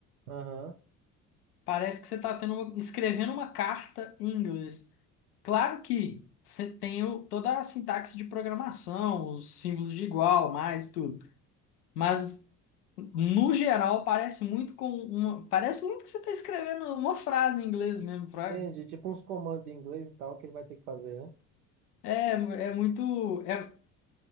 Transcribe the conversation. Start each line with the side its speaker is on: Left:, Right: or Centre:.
Right: Aham.
Left: Parece que você tá tendo uma- escrevendo uma carta em inglês. Claro que você tem o- toda a sintaxe de programação, os símbolos de igual, mais e tudo. Mas No geral, parece muito com uma. Parece muito que você está escrevendo uma frase em inglês mesmo, Fraga.
Right: Entendi. Tipo uns comandos em inglês e tal que ele vai ter que fazer, né?
Left: É, é muito. É,